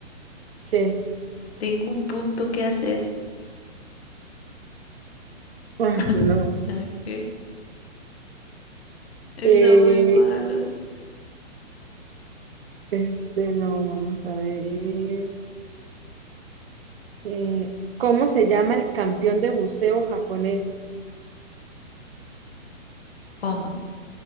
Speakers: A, on the right; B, on the left.
A: ¿Qué?
B: Tengo un punto que hacer.
A: Ah,
B: <laughs>
A: no.
B: Nada que ver. Están
A: Eh,
B: muy malos.
A: este no, vamos a ver. Eh, ¿cómo se llama el campeón de buceo japonés?
B: ¿Cómo?